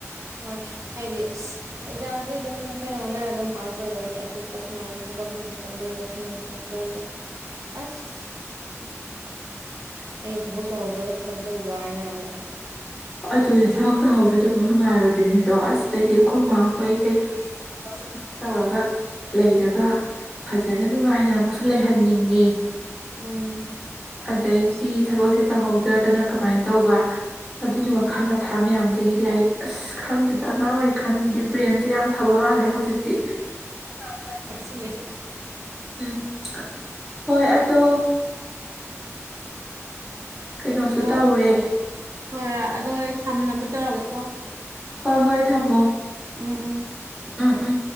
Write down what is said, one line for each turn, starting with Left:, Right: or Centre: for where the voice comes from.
Right: ꯍꯣꯏ ꯍꯥꯏꯗꯤ ꯑꯦꯛꯖꯥꯝꯁꯤ ꯑꯗꯨꯝ ꯑꯩꯈꯣꯏꯅ ꯍꯣꯠꯅꯔꯒ ꯑꯗꯨꯝ ꯄꯥꯁ ꯇꯧꯈꯅꯤ ꯑꯇꯣꯞꯄ ꯁꯨꯃꯥꯏꯅ ꯊꯕꯛꯇꯤꯁꯤꯅ ꯀꯝꯗꯧꯕꯁꯤꯅ ꯁꯤ ꯀꯝꯗꯧꯕ ꯑꯁ ꯑꯩꯅ ꯊꯕꯛ ꯇꯧꯍꯧꯗ꯭ꯔꯒꯅ ꯀꯝ ꯇꯧꯕ ꯍꯥꯏꯅ ꯑꯃꯨꯛ
Centre: ꯑꯗꯨ ꯊꯕꯛ ꯇꯧꯍꯧꯗ꯭ꯔꯗꯤ ꯑꯃꯨꯛ ꯅꯨꯡꯉꯥꯏꯔꯣꯏꯗ꯭ꯔꯤꯅꯤꯗꯣ ꯑꯁꯇꯩꯩꯗꯤ ꯑꯩꯈꯣꯏ ꯃꯥ ꯍꯣꯏ ꯀꯩꯀꯥꯁꯨ ꯑꯃꯨꯛ ꯊꯕꯛ ꯁꯨ ꯐꯖꯅ ꯇꯧꯔꯒ ꯂꯩꯔꯒ ꯐꯖꯅ ꯅꯨꯡꯉꯥꯏꯅ ꯑꯃꯨꯛꯁꯨ ꯂꯩꯍꯟꯅꯤꯡꯉꯤ
Right: ꯎꯝ
Centre: ꯑꯗꯩꯗꯤ
Right: ꯑꯁ
Centre: ꯊꯕꯛꯁꯦ ꯇꯍꯧ ꯅꯠꯇ꯭ꯔꯒꯅ ꯀꯃꯥꯏꯅ ꯇꯧꯕ ꯑꯗꯨꯒꯤ ꯋꯥꯈꯜ ꯃꯊꯥ ꯃꯌꯥꯝꯗꯒꯤ ꯂꯥꯏꯔꯤꯛ ꯑꯁ ꯈꯪꯗꯗ ꯑꯉꯥꯡ ꯑꯣꯏꯔꯤꯀꯥꯟꯗꯗꯤ ꯕ꯭ꯔꯦꯟꯁꯨ ꯌꯥꯝ ꯐꯕ ꯃꯥꯜꯂꯦ ꯍꯧꯖꯤꯛꯇꯤ ꯌꯥꯝ ꯐꯠꯇ꯭ꯔꯦ
Right: ꯊꯛꯆꯤꯜꯂꯑꯦ
Centre: ꯎꯝ ꯍꯣꯏ ꯑꯗꯣ ꯀꯩꯅꯣꯁꯨ
Right: ꯑꯗꯣ
Centre: ꯇꯧꯔꯦ
Right: ꯍꯣꯏ ꯍꯣꯏ ꯑꯗꯣ ꯑꯩ ꯊꯝꯅꯕ ꯇꯧꯔꯒꯦꯀꯣ
Centre: ꯍꯣꯏ ꯍꯣꯏ ꯊꯝꯃꯣ
Right: ꯎꯝ ꯎꯝ
Centre: ꯑꯥ ꯑꯥ